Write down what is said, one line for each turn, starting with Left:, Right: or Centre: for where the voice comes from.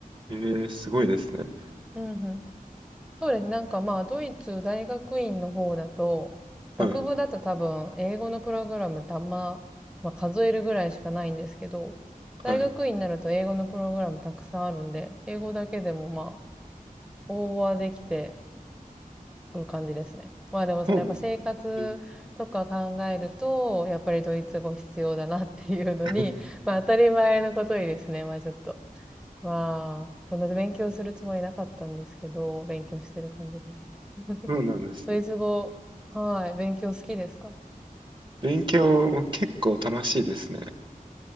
Right: ええすごいですね。
Centre: うんうん。そうですね。なんかまあ、ドイツ大学院の方だと、
Right: はい。
Centre: 学部だと多分、英語のプログラムってあんま、まあ、数えるぐらいしかないんですけど、大学院になると英語のプログラムたくさんあるんで、
Right: はい。
Centre: 英語だけでもまあ、応募はできて、そういう感じですね。まあでもそのやっぱ生活とか考えると、
Right: そうなんえ
Centre: やっぱりドイツ語必要だなっていうのに、
Right: <laughs>
Centre: <laughs> まあ当たり前のことにですね、まあちょっと。まあ、そんな勉強するつもりなかったんですけど、勉強してる感じです。<laughs>
Right: そうなんですね。
Centre: ドイツ語、
Right: <laughs>
Centre: はい、勉強好きですか
Right: 勉強も結構楽しいですね。